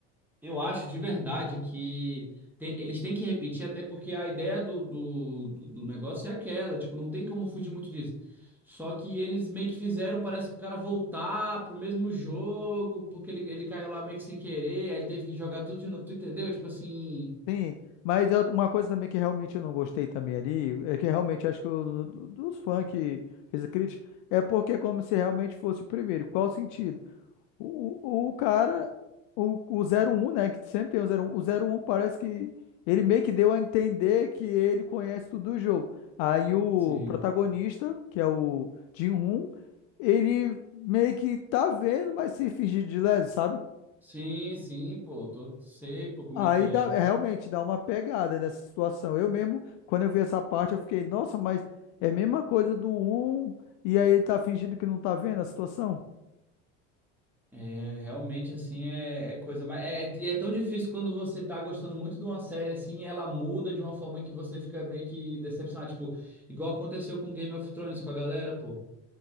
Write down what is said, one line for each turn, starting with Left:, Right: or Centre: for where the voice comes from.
Centre: Eu acho de verdade que tem- eles têm que repetir, até porque a ideia do, do, do do negócio é aquela, tipo, não tem como fugir muito disso. Só que eles meio que fizeram, parece que o cara voltar pro mesmo jogo, porque ele, ele caiu lá meio que sem querer, aí teve que jogar tudo de novo, tu entendeu? Tipo assim.
Left: Sim, mas eu- uma coisa também que realmente eu não gostei também ali, é que realmente acho que o, do- dos fãs que fez a crítica, é porque é como se realmente fosse o primeiro. Qual o sentido? O, o, o cara, o, o zero um né, que sempre tem o zero um o zero um parece que ele meio que deu a entender que ele conhece tudo do jogo. Aí o
Centre: Sim.
Left: protagonista, que é o Jin-Hoon, ele meio que tá vendo, mas se fingir de leso, sabe?
Centre: Sim, sim, pô, tô, sei, pô, como
Left: Aí
Centre: é que
Left: dá,
Centre: é.
Left: é, realmente dá uma pegada nessa situação. Eu mesmo, quando eu vi essa parte, eu fiquei, nossa, mas é a mesma coisa do um e aí ele tá fingindo que não tá vendo a situação?
Centre: É, realmente, assim, é, é coisa. Mas é, é- e é tão difícil quando você tá gostando muito de uma série, assim, e ela muda de uma forma que você fica meio que decepcionado. Tipo, igual aconteceu com Game of Thrones com a galera, pô.